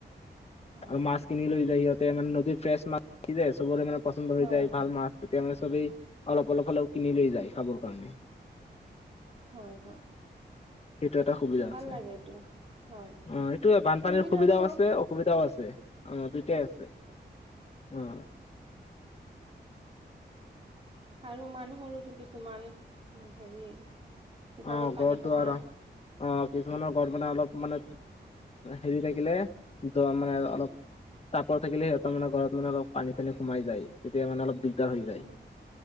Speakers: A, on the right (about 30°); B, on the left (about 35°).
A: অ
B: আৰু মাছ কিনি লৈ যায় সিহঁতে মানে নদীৰ ফ্ৰেছ মাছ যায় চবৰে মানে পচন্দ
A: হয়
B: হৈ যায় ভাল মাছ তেতিয়া মানে চবেই অলপ অলপ হলেও কিনি লৈ যায় খাবৰ কাৰণে
A: হয় হয়
B: সেইটো এটা সুবিধা
A: ভাল
B: আছে।
A: লাগে এইটো হয়
B: অ এইটোয়ে বানপানীৰ
A: সুবিধা
B: সুবিধাও
A: চব
B: আছে অসুবিধাও আছে অ দুটাই আছে।
A: <unintelligible>
B: অ
A: আৰু মানুহৰো কিছুমান উ হেৰি ঘৰত
B: অ
A: পানী
B: গৰ
A: সোমাই
B: দাৰ অ কিছুমানৰ গৰ মানে অলপ মানে হেৰি থাকিলে মানে অলপ তাপৰ থাকিলে সিহঁতৰ মানে ঘৰতনে অলপ পানী চানী সোমাই যায় তেতিয়া মানে অলপ দিগদাৰ হৈ যায়
A: উ